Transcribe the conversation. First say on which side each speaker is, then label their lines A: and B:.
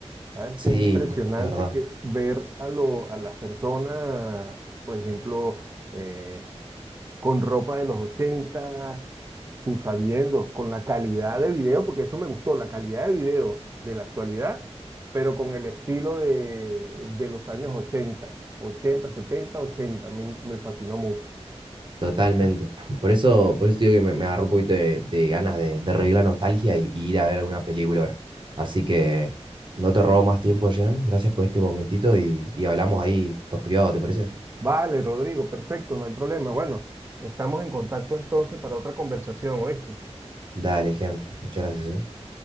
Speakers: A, on the right; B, on the right.
A: ¿sabes?
B: Sí,
A: Que es impresionante
B: es verdad.
A: que ver a, lo, a las personas, por ejemplo, eh, con ropa de los 80, tú sabiendo, con la calidad de video, porque eso me gustó, la calidad de video de la actualidad, pero con el estilo de, de los años 80, 80, 70, 80, me, me fascinó mucho.
B: Totalmente. Por eso, por eso te digo que me, me agarró un poquito de, de ganas de, de revivir la nostalgia y, y ir a ver alguna película ahora. Así que no te robo más tiempo, Jean. Gracias por este momentito y, y hablamos ahí por privado, ¿te parece?
A: Vale, Rodrigo, perfecto, no hay problema. Bueno, estamos en contacto entonces para otra conversación, ¿oíste?
B: Dale, Jean. Muchas gracias, ¿eh?